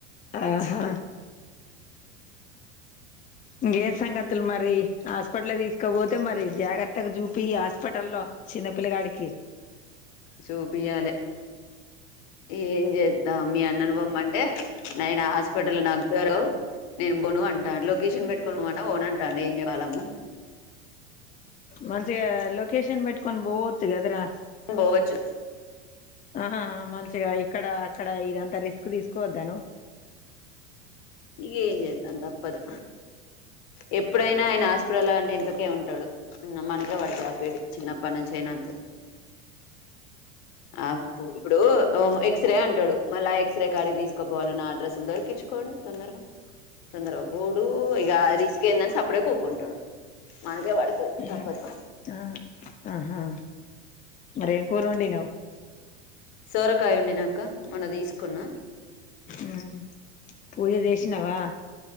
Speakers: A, on the left; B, on the left.
A: ఆహా ఇంకేం సంగతులు మరి హాస్పిటల్ తీసుకోపోతే మరి జాగ్రత్తగా చూ ఈ హాస్పిటల్లో లో చిన్నే యాడికి
B: షోపి యాలే ఏం చేద్దాం మీ అన్నను బొమ్మ అంటే నేను హాస్పిటల్ నాకు దరవు నేను బోను అంటాను లొకేషన్ పెట్టుకొని పోన్నా బోన అంటాండి ఏం చెయవాలమ్మా
A: మంచిగా లొకేషన్ పెట్టి పోవచ్చు కదరా
B: పోవచ్చు
A: ఆ మంచిగా ఆయి అక్కడ అక్కడ ఇదంతా రిస్క్ తీసుకోవద్దాను
B: ఇగ ఏం చేద్దాం తప్పదు ఎ ఇప్పుడైనా ఆయన హాస్పిటల్ అంటే ఎనకకే ఉంటాడు మనకే పడతాది ఆ పేడి చిన్నప్పటి నుంచి అయినా అంతే ఆప్పు ఇప్పుడూ ఎక్స్ రేఅంటాడు మళ్ళా ఎక్స్ రే కాడికి తీసుకు పోవాలన్న అడ్రస్ దొరక ఎక్కిచ్చుకోడు తొందరగా తొందరగా బోడు ఇగ రిస్క్ ఎందని సప్ అప్పుడే కూకుంటడు. మనకే వడతది
A: ఆ
B: తప్పదు.
A: ఆహా మరేం కూర వండినవ్
B: సోరకాయ వండినక్క మొన్న తీసుకున్న
A: ఊ పూజ చేశినవా